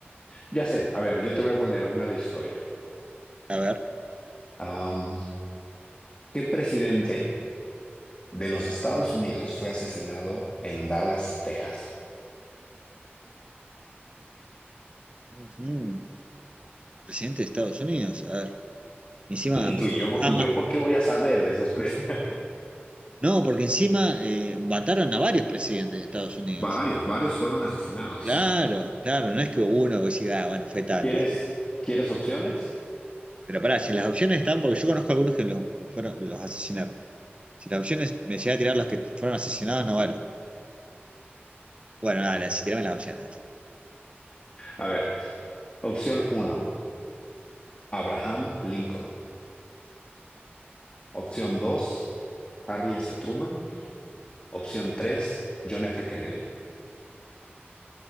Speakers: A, on the left (about 25°); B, on the right (about 30°).
A: ya sé, a ver, yo te voy a poner una de historia.
B: A ver.
A: Am, ¿qué presidente de los Estados Unidos fue asesinado en Dallas, Texas?
B: Mm, Presidente de Estados Unidos, a ver. Encima,
A: <laughs> Y tú y yo,
B: ama-
A: ¿y yo por qué voy a saber de esos presidentes?
B: no, porque encima eh, mataron a varios presidentes de Estados
A: <laughs>
B: Unidos.
A: Varios, varios fueron asesinados,
B: Claro,
A: sí.
B: claro, no es que uno vos diga, ah, bueno, fue tal,
A: ¿Quieres,
B: ¿viste?
A: quieres opciones?
B: Pero pará, si las opciones están, porque yo conozco algunos que los, fueron, los asesinaron. Si las opciones me llega a tirar los que fueron asesinados, no vale. Bueno, dale,
A: <laughs>
B: si tirame las opciones, dale.
A: A ver, opción uno, Abraham Lincoln. Opción 2 Harry S. Truman. Opción 3 John F. Kennedy.